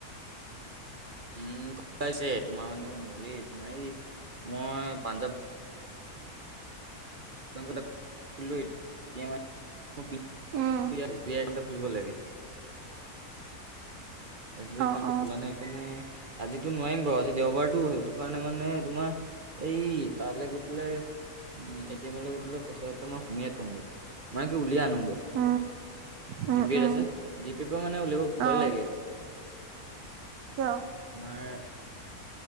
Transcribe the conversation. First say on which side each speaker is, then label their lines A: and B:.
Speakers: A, on the right; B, on the right.
A: উম, ক হৈছে তোমাৰ মানে মোৰে তোমাৰ এই মই পাঞ্জাৱ <unintelligible> আহিছে, মোৰ pin
B: um.
A: S B I account এটা খুলিব লাগে। এছ বি আই একাউণ্টটো
B: অ অ
A: খোলা নাই সেইকাৰণে আজি নোৱাৰিম বাৰু আজি দেওবাৰটো সেইটো কাৰণে মানে তোমাৰ এই তালে গৈ পেলাই উম, এটিমলৈ গৈ পেলাই পইচা এ, মই সুমিয়াই থওঁগৈ মানে কি উলিয়াই আনোগৈ।
B: উম উম
A: জিপেত
B: উম
A: আছে, জিপেৰপৰা মানে উলিয়াব ভয়
B: অ
A: লাগে।
B: কিয়?
A: তোমাৰ